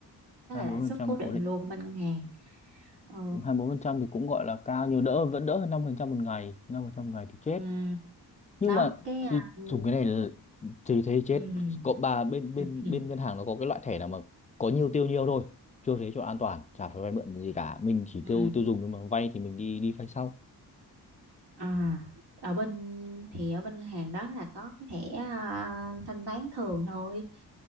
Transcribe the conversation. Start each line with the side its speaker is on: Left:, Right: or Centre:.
Right: đó
Left: hai
Right: là
Left: mươi
Right: lãi
Left: bốn
Right: suất
Left: phần trăm
Right: cố định
Left: cố định
Right: luôn bên ngân hàng Ờ,
Left: hai mươi bốn phần trăm thì cũng gọi là cao nhưng đỡ vẫn đỡ hơn 5% một ngày 5% một ngày thì chết
Right: Ừ,
Left: nhưng
Right: đó
Left: mà
Right: cái
Left: thì
Right: à, ừ,
Left: dùng cái này là- thì thế chết
Right: ừ,
Left: cộng bà bên
Right: ừ,
Left: bên bên ngân hàng nó có cái loại thẻ nào mà có nhiều tiêu nhiều thôi chưa thế cho an toàn chả phải vay mượn gì cả mình chỉ
Right: ừ.
Left: tiêu tiêu dùng nhưng mà vay thì mình đi đi vay sau
Right: à ở bên thì ở bên ngân hàng đó là có cái thẻ à, thanh toán thường thôi